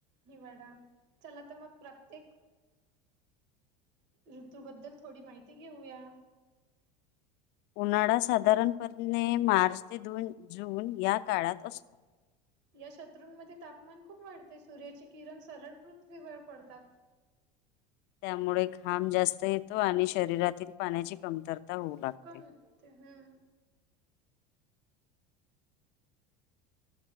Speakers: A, on the right (about 60°); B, on the left (about 55°).
A: निवाडा चला तर मग प्रत्येक ऋतू बद्दल थोडी माहिती घेऊया
B: उन्हाळा साधारणपणेणे मार्च ते द जून या काळात असतो
A: या शत्रूंमध्ये तापमान खूप वाढते सूर्याचे किरण सरळ पृथ्वीवर पडतात
B: त्यामुळे खांब जास्त येतो आणि शरीरातील पाण्याची कमतरता होऊ
A: त
B: लागते.
A: कम होते हम्